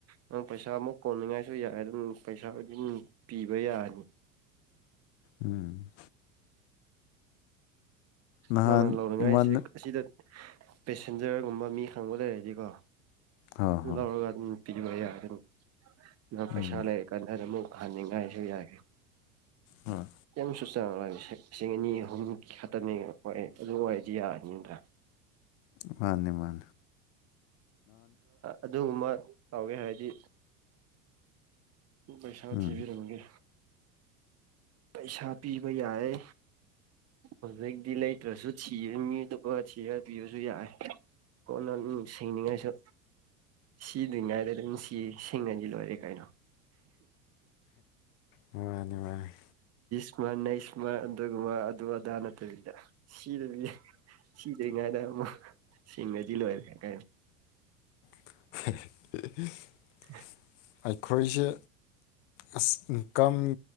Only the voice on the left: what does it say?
ꯎꯝ ꯅꯍꯥꯟ
ꯏꯃꯥꯟ
ꯍꯣꯏ ꯍꯣꯏ
ꯎꯝ
ꯍꯣꯏ
ꯃ ꯋꯥ
ꯎꯝ
ꯃꯥꯅꯤꯅꯨꯡꯉ
<inaudible>
ꯑꯩꯈꯣꯏꯁꯦ ꯑ ꯏꯟꯀꯝ